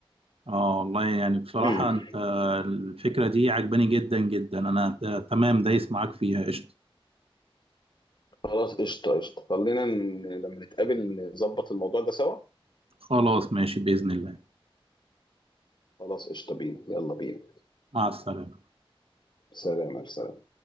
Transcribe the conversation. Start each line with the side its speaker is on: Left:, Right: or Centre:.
Right: اه والله يعني بصراحة
Left: <clears throat>
Right: أنت الفكرة دي عجباني جدا جدا أنا ت- تمام دايس معاك فيها قشطة
Left: خلاص قشطة قشطة خلينا ن- لما نتقابل نظبط الموضوع ده سوا
Right: خلاص ماشي بإذن الله
Left: خلاص قشطة بينا يلا بينا
Right: مع السلامة
Left: سلام سلام